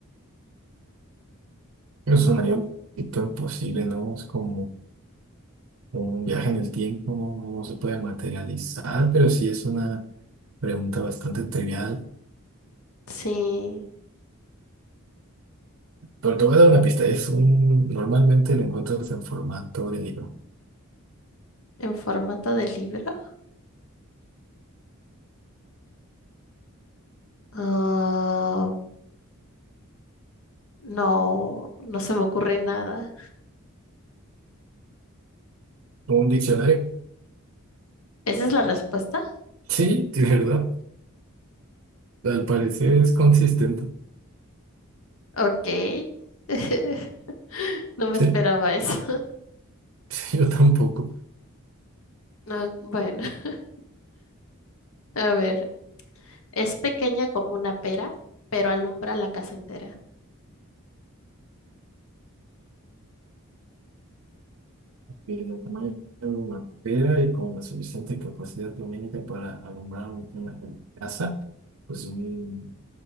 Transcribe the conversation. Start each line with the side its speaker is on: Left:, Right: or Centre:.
Right: pero
Left: Mm,
Right: sonaría un poquito imposible, ¿no? Es como un viaje en el tiempo, no, No se puede materializar, pero sí es una pregunta bastante trivial.
Left: sí,
Right: Pero te voy a dar una pista, es un, normalmente lo encuentras en formato de libro.
Left: en formato de libro. Ah, no, no se me ocurre nada.
Right: Un diccionario.
Left: ¿Esa es la respuesta?
Right: Sí, de verdad. Al parecer es consistente.
Left: Ok. <laughs> No me
Right: Sí,
Left: esperaba eso.
Right: <laughs> yo tampoco.
Left: No, bueno, <laughs> a ver. Es pequeña como una pera, pero alumbra la casa entera.
Right: Y del tamaño de una pera y con la suficiente capacidad lumínica para alumbrar un- una casa, pues un,